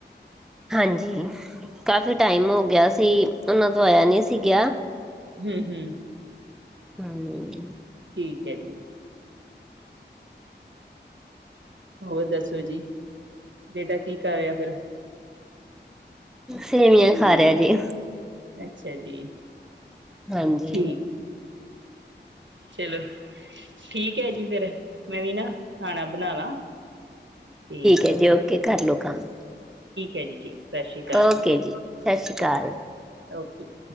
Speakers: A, in the centre; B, on the right (about 85°).
A: ਹਾਂਜੀ ਕਾਫੀ ਟਾਈਮ ਹੋ ਗਿਆ ਸੀ ਉਹਨਾਂ ਤੋਂ ਆਇਆ ਨਹੀਂ ਸੀ ਗਿਆ।
B: ਹੂੰ ਹੂੰ
A: ਹੂੰ
B: ਠੀਕ ਹੈ ਜੀ ਹੋਰ ਦੱਸੋ ਜੀ ਬੇਟਾ ਕੀ ਕਰ ਰਿਹਾ ਫੇਰ
A: ਸੇਵੀਆਂ ਖਾ ਰਿਹਾ ਜੀ
B: ਅੱਛਾ ਜੀ
A: ਹਾਂਜੀ
B: ਠੀਕ ਚਲੋ ਠੀਕ ਹੈ ਜੀ ਫੇਰ ਮੈਂ ਵੀ ਨਾ ਖਾਣਾ ਬਣਾ ਲਾ ਠੀਕ
A: ਹੈ ਜੀ ਓਕੇ ਕਰ ਲੋ ਕੰਮ
B: ਹੈ ਜੀ ਠੀਕ ਸਤਿ ਸ਼੍ਰੀ ਅਕਾਲ
A: ਓਕੇ
B: ਜੀ
A: ਸਤਿ ਸ਼੍ਰੀ ਅਕਾਲ
B: ਓਕੇ ਓਕੇ ਜੀ